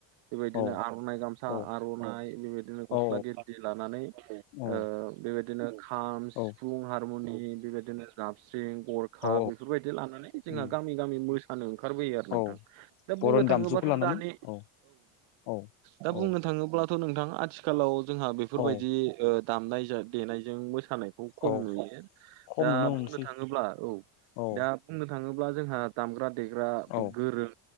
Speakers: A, on the right; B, on the left.
A: बेबायदिनो
B: औ
A: आर'नाइ गामसा
B: औ
A: आर'नाइ बेबायदिनो गस्ला
B: औ
A: गेनजि लानानै
B: औ
A: ओ बेबायदिनो खाम
B: औ
A: सिफुं हारमुनि बेबायदिनो जाबस्रिं गर खा
B: औ
A: बेफोरबायदि लानानै जोंहा
B: उम
A: गामि गामि मोसानो ओंखारबोयो आरो नोंथां।
B: औ
A: दा बुंनो
B: बर'नि
A: थाङोबाथ'
B: दामजुखौ लानानै
A: दानि
B: औ औ
A: दा
B: औ
A: बुंनो थाङोब्ला थ' नोंथां आथिखालाव जोंहा बेफोरबायदि
B: औ
A: ओ दामनाय देनायजों मोसानाय खौ खम
B: औ
A: नुयो
B: खम
A: दा
B: नुनो मोनसै
A: बुंनो थाङोब्ला औ
B: औ
A: दा बुंनो थाङोब्ला जोंहा दामग्रा देग्रा
B: औ
A: गोरों